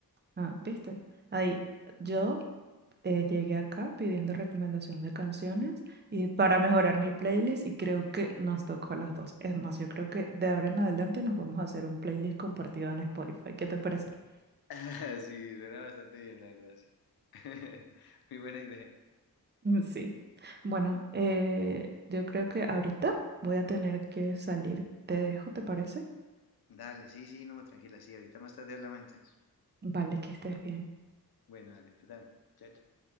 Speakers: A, on the right; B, on the left.
A: Ah, ¿viste? Ahí, yo eh, llegué acá pidiendo recomendación de canciones y para mejorar mi playlist y creo que nos tocó a las dos. Es más, yo creo que de ahora en adelante nos vamos a hacer un playlist compartido en Spotify. ¿Qué te parece? <laughs>
B: <laughs> Sí, suena bastante bien, la verdad, sí. <laughs> Muy buena idea.
A: Mm, Sí. Bueno, eh, yo creo que ahorita voy a tener que salir. Te dejo, ¿te parece?
B: Dale, sí, sí, no, tranquila, sí. Ahorita más tarde hablamos entonces.
A: Vale, que estés bien.
B: Bueno, dale, tú también. Chao, chao.